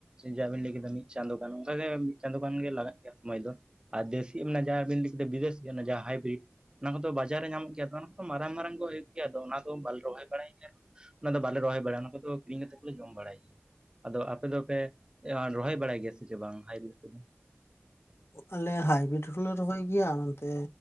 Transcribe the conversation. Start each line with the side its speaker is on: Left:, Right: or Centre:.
Right: ᱡᱟ ᱵᱮᱤᱱ ᱞᱟᱹᱭ ᱠᱮᱫᱟ ᱢᱤᱫ ᱪᱟᱸᱫᱳᱠᱟᱱ ᱚᱱᱠᱟᱜ ᱜᱮ ᱢᱤᱫ ᱪᱟᱸᱫᱳᱠᱟᱱ ᱜᱮ ᱞᱟᱜᱟᱜ ᱜᱮᱭᱟ ᱥᱚᱢᱳᱭ ᱫᱚ᱾ ᱟᱨ ᱫᱮᱥᱤ ᱢᱮᱱᱟᱜᱼᱟ ᱡᱟᱦᱟᱸ ᱵᱮᱱ ᱞᱟᱹᱭ ᱠᱮᱫ ᱵᱤᱫᱮᱥᱤ ᱡᱟᱦᱟᱸ ᱦᱟᱭᱵᱨᱤᱰ ᱚᱱᱟ ᱠᱚᱫᱚ ᱵᱟᱡᱟᱨ ᱨᱮ ᱧᱟᱢᱚᱜ ᱜᱮᱭᱟ ᱚᱱᱟ ᱠᱚᱫᱚ ᱢᱟᱨᱟᱝ ᱢᱟᱨᱟᱝ ᱠᱚ ᱦᱚᱸ ᱦᱩᱭᱩᱜ ᱜᱮᱭᱟᱼᱟ᱾ ᱚᱱᱟ ᱫᱚ ᱵᱟᱞᱮ ᱨᱚᱦᱚᱭ ᱵᱟᱲᱟᱭ ᱜᱮᱭᱟ᱾ ᱚᱱᱟ ᱫᱚ ᱵᱟᱞᱮ ᱨᱚᱦᱚᱭ ᱵᱟᱲᱟᱭᱟ᱾ ᱚᱱᱟ ᱠᱚᱫᱚ ᱠᱤᱨᱤᱧ ᱠᱟᱛᱮ ᱠᱚᱞᱮ ᱡᱚᱢ ᱵᱟᱲᱟᱭ ᱜᱮᱭᱟ᱾ ᱟᱫᱚ ᱟᱯᱮ ᱫᱚᱯᱮ ᱨᱚᱦᱚᱭ ᱵᱟᱲᱟᱭ ᱜᱮᱭᱟ ᱥᱮ ᱪᱮ ᱵᱟᱝ ᱦᱟᱭᱵ ᱫᱚ?
Left: ᱟᱞᱮ ᱦᱟᱭᱵᱨᱤᱰ ᱦᱚᱞᱮ ᱨᱚᱦᱚᱭ ᱜᱮᱭᱟ ᱱᱚᱱᱛᱮ